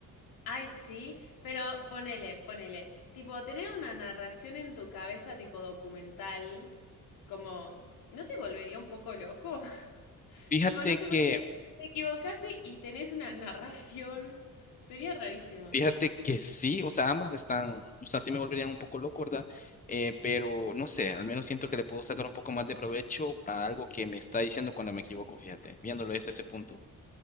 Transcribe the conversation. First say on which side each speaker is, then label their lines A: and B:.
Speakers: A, on the left; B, on the left.
A: Ay, sí, pero ponele, ponele. Tipo, tener una narración en tu cabeza tipo documental, como, ¿no te volvería un poco loco? <laughs>
B: Fíjate
A: Tipo, no sé, ponele,
B: que
A: te equivocás y, y tenés una narración. Sería rarísimo.
B: Fíjate que sí, o sea, ambas están, o sea, sí me volverían un poco loco, ¿verdad? Eh, pero no sé, al menos siento que le puedo sacar un poco más de provecho a algo que me está diciendo cuando me equivoco, fíjate, viéndolo desde ese punto.